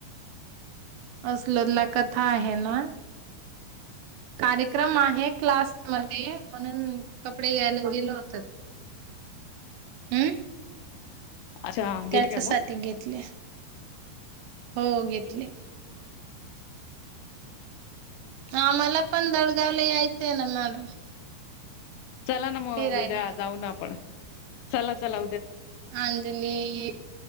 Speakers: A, on the right (about 80°); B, on the left (about 80°).
A: असल लकाथ आहे ना कार्यक्रम आहे क्लास मध्ये म्हणून कपडे घ्यायला गेल होत हम्
B: अच्छा घेते
A: त्याच्यासाठी
B: का मग
A: घेतल्या. हो घेतली. कामाला.. पण दडगावला यायच्या ना मॅडम.
B: चला ना मग
A: फिरायला.
B: उद्या जाऊ ना आपण. चला. चाललं
A: अंजली..